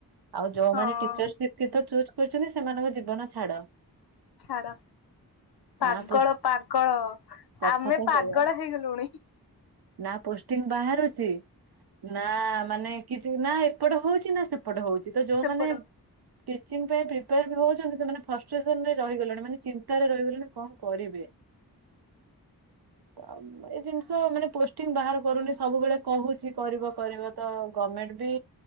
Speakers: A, on the right; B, on the left.
A: ଆଉ ଯୋଉମାନେ
B: ହଁ
A: ଟିଚର୍ ସିପ୍ କି ତ ଚୁଜ କରୁଛନ୍ତି, ସେମାନଙ୍କ ଜୀବନ ଛାଡ।
B: ଛାଡ। ପାଗଳ,
A: ନା ପୋଷ୍ଟ
B: ପାଗଳ
A: କଥା
B: ଆମେ
A: ତ ସେଇଆ
B: ପାଗଳ ହେଇଗଲୁଣି।
A: ନା ପୋଷ୍ଟିଂ ବାହାରୁଛି ନା ମାନେ କିଛି ନା ଏପଟ ହଉଛି ନା ସେ ପଟ ହଉଛି ତ ଯୋଉମାନେ
B: ସେପଟ
A: ଟିଚିଂ ପାଇଁ ପ୍ରିପେୟାର ବି ହଉଛନ୍ତି। ସେମାନେ ଫଷ୍ଟସନରେ ରହିଗଲେଣି ମାନେ ଚିନ୍ତାରେ ରହିଗଲେଣି କଣ କରିବେ? ଏଇ ଜିନିଷ ତ ମାନେ ପୋଷ୍ଟିଂ ବାହାର କରୁନି। ସବୁବେଳେ କହୁଛି କରିବ କରିବ ତ ଗଭରମେଣ୍ଟ। ବି